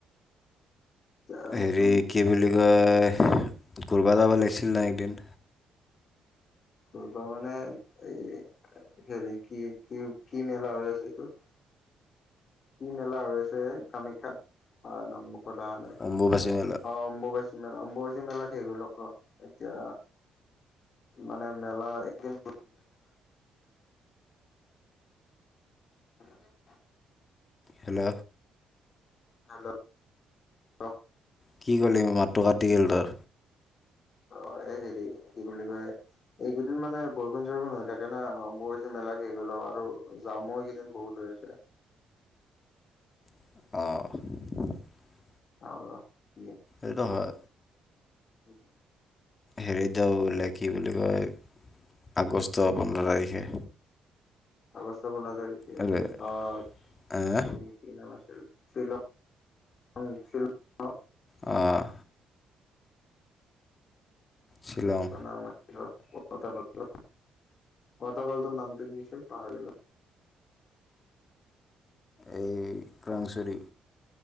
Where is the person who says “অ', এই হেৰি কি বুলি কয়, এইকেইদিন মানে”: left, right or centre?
Left